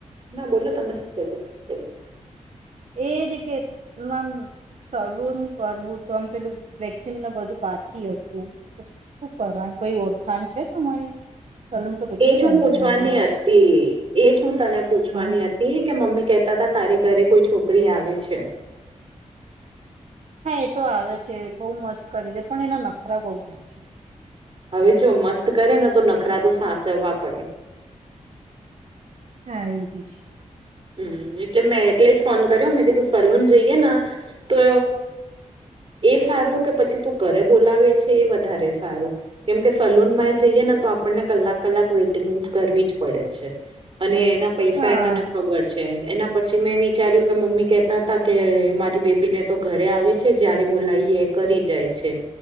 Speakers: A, on the right; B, on the right.
A: ના બોલો તમ સી્ સકતેું.
B: એ જે કે નામ. સલૂન કરવું તો આમ પેલું વેક્સન ન બધું બાકી હતું. શું કરવાનું કઈ ઓળખાણ છે તમારી. સલૂન તો કેટલું
A: એજ હું
B: મોંઘું
A: પૂછવાની
B: મોંઘું લે છે.
A: હતી એજ હું તને પૂછવાની
B: હમ
A: હતી. એ કે મમ્મી કેતા હતા તારે ઘરે કોઈ છોકરી આવે છે.
B: હા એ તો આવે છે બહુ મસ્ત કરી દે પણ એના નખરા બઉુ વ છે.
A: હવે જો મસ્ત કરે ને તો નખરા તો સાચવવા પડે.
B: હા એ બી છે.
A: હમ એટલે મેં એટલે જ ફોન કર્યો મેં કે તું સલૂન જઈએ ને તો. એ સારું કે પછી તું ઘરે બોલાવે છે એ વધારે સારું. કેમ કે સલૂન માં જઈએ ને તો આપણને કલાક કલાક વેઇટિંગ કરવી જ પડે છે. અને એના પૈસા
B: હા.
A: એ તને. ખબર છે એના પછી મેં વિચાર્યું કે મમ્મી કેતા હતા કે મારી બેબીને તો. ઘરે આવે છે જ્યારે બોલાવીએ કરી જાય છે.